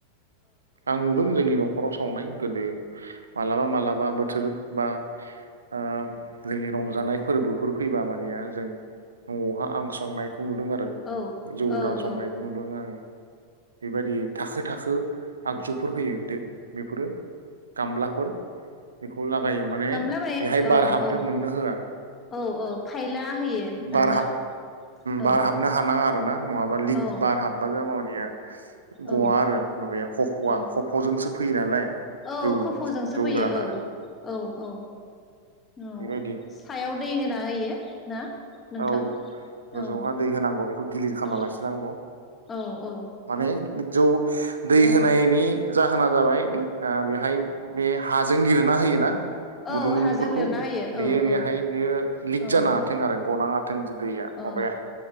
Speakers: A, on the right; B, on the left.
A: आं नुदों जोंनि न' नखराव सावनाय गोदो मालाबा मालाबा बोथोर बा ओ जोंनि रंजानाय फोरबोफोर फैबा मानेया जों न'आवहा आं संनाय नुदों आरो
B: औ-औ-औ-औ-औ-औ-औ-औ-औ-औ-औ-औ-औ-औ
A: जौ गोरान संनायबो नुदों आं बेबायदि थाखो थाखो आगजुफोर होयो दे बेफोरो गामलाफोर बेखौ लागायो माने
B: गामला
A: बेहाय बार
B: औ
A: हाबनो
B: औ
A: मोननो होआ।
B: औ औ फायला होयो आरोना
A: बार
B: औ
A: बार हाबनो हानाङा आरोना नङाबा लिक
B: औ
A: बार हाबबा <unintelligible> गवा
B: औ
A: आरो माबाया हखवा
B: औ
A: हखजोंसो फैयो नालाय
B: औ
A: जौ
B: खफ'जोंसो
A: जौ
B: फैयो
A: गोराना
B: औ औ औ औ
A: बेबायदि
B: सायाव दै होना होयो ना? नोंथां
A: औ गोजौहा
B: औ
A: दै होनांगौ बेखौ गिलिर खालामना
B: औ
A: लाखिनांगौ।
B: औ औ
A: माने जौ दै
B: औ
A: होनायनि जाहोना जाबाय ओ बेहाय बे हाजों लिरना होयोना
B: औ
A: गुदुं गुदुंफोरखौ
B: हाजों लिरना होयो
A: बियो
B: औ
A: बेहाय
B: औ
A: बियो लिक
B: औ
A: जानो हाथों आरो गना हाथों दैया माबाया
B: औ